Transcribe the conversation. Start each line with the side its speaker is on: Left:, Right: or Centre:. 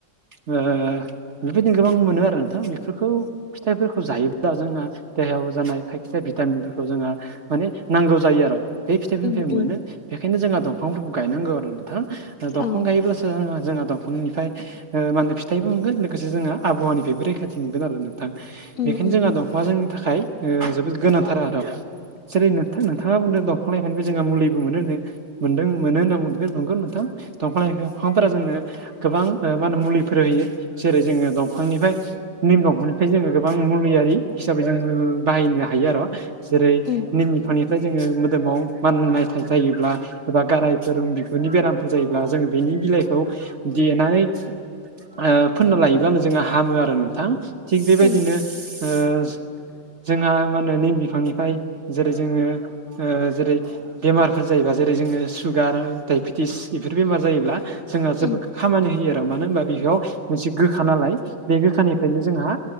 Right: बेबायदिनो गोबां मोनो आरो नोंथां बेफोरखौ फिथाइफोरखौ जायोब्ला जोंहा देहायाव जानाय जायखिजाया भिटामिनफोरखौ जोंङो माने नांगौ जायो आरो। बे फिथाइफोरनिफ्राय
Left: उम उम
Right: मोनो बेखायनो जोंहा दंफांफोरखौ गायनांगौ आरो नोंथां ओ दंफां
Left: औ
Right: गायोब्लासो ओ जोंहा दंफांनिफ्राय ओ मा होनो फिथाइबो मोनगोन लोगोसे जों आबहावानिफ्रायबो रैखाथि मोनगोन आरो नोंथां।
Left: उम
Right: बेखायनो
Left: उम
Right: जोंहा
Left: उम
Right: दंफांआ जोंनि थाखाय ओ जोबोद गोनांथार आरो। जेरै नोंथां नोंथाङा बुंदों दंफां लाइफांनिफ्राय जोंहा मुलिबो मोनो नो। मोनदों मोनो होनना बुंदों नंगौ नोंथां दंफां लाइफां फोरा जोंनो गोबां ओ मा होनो मुलिफोर होयो जेरै जोङो दंफांनिफ्राय निम दंफांनिफ्राय जोङो गोबां मुलियारि हिसाबै जोङो बाहायनो हायो आर'। जेरै
Left: उम
Right: निम बिफांनि ओमफ्राय जोङो मोदोमाव माननायथाय जायोब्ला एबा गारायफोर बिगुरनि बेराम जायोब्ला जों बेनि बिलाइखौ देनानै ओ फोनना लायोबानो जोंना हामो आरो नोंथां थिग बेबायदिनो
Left: उम
Right: ओ जोंहा मा होनो निम बिफांनिफ्राय जेरै जोङो ओ जेरै बेमारफोर जायोबा जेरै जोङो सुगार डाइबेटिस बेफोर बेमार जायोब्ला जोंहा जोबोद
Left: उम
Right: खामानि होयो आरो मानो होनबा बेयाव मोनसे गोखा नालाय बे गोखानिफ्रायनो जोंहा